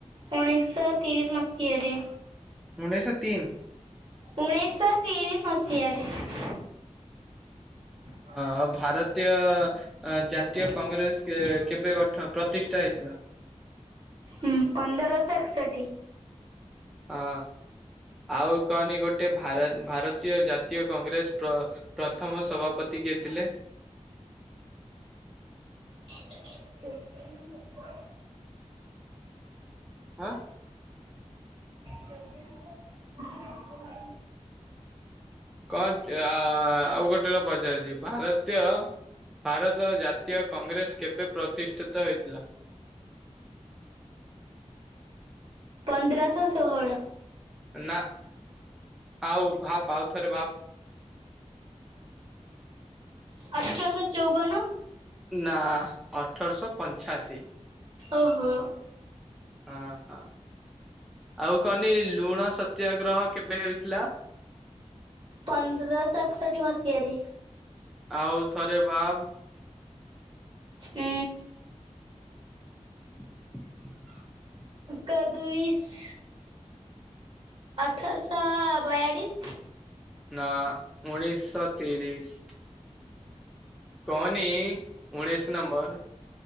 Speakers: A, on the right; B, in the centre.
A: ଉଣେଇଶହ ତିରିଶ ମସିହାରେ।
B: ଉଣେଇଶହ ତିନି
A: ଉଣେଇଶହ ତିରିଶ ମସିହାରେ। ହଁ
B: ଆଉ ଭାରତୀୟ
A: ଭାରତୀୟ
B: ଜାତୀୟ
A: ଜ
B: କଂଗ୍ରେସ
A: କଂଗ୍ରେ
B: କେ କେବେ ଗଠ ପ୍ରତିଷ୍ଠା
A: ପ୍ରତିଶୟ
B: ହେଇଥିଲା?
A: ହୁଁ ପନ୍ଦରଶହ ଏକଷଠି।
B: ହଁ ଆଉ କହନି ଗୋଟେ ଭାର ଭାରତୀୟ ଜାତୀୟ କଂଗ୍ରେସ ପ୍ରଥମ ସଭାପତି କିଏ ଥିଲେ?
A: <inaudible>
B: ଆଁ
A: ଚଉଦି ନମ୍ବର
B: କଣ ଆଉ ଗୋଟେ ର ପଚାରିଛି ଭାରତୀୟ ଭାରତ ଜାତୀୟ କଂଗ୍ରେସ କେବେ ପ୍ରତିଷ୍ଠିତ ହେଇଥିଲା?
A: ପନ୍ଦରଶହ ଷୋହଳ।
B: ନା ଆଉ ଭପ ଆଉ ଥରେ ଭପ
A: ଅଠରଶହ ଚଉବନ।
B: ନା ଅଠରଶହ ପଞ୍ଚାଅଶୀ
A: ଓହୋ।
B: ହଁ ହଁ ଆଉ କହନି ଲୁଣ ସତ୍ୟାଗ୍ରହ କେବେ ହେଇଥିଲା?
A: ପନ୍ଦରଶହ ଏକଷଠି ମସିହାରେ।
B: ଆଉ ଥରେ ଭାବ।
A: ଉଁ
B: <inaudible>
A: କଦୁଇସ୍ ଅଠରଶହ ବୟାଳିଶ।
B: ନା ଉଣେଇଶିଶହ ତିରିଶ। କହନି ଉଣେଇଶ ନମ୍ବର।